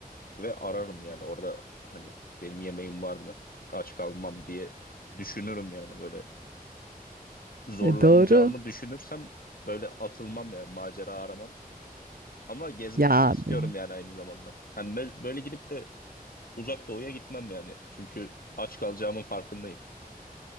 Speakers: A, on the left (about 70°); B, on the right (about 70°).
A: ve ararım yani orada hani benim yemeğim var mı? Aç kalmam diye düşünürüm yani böyle zorlanacağımı
B: E, doğru.
A: düşünürsem böyle atılmam yani macera aramam. Ama gezmek
B: Ya
A: de istiyorum
B: abi.
A: yani aynı zamanda. Hani böyle, böyle gidip de uzak doğuya gitmem yani. Çünkü aç kalacağımın farkındayım.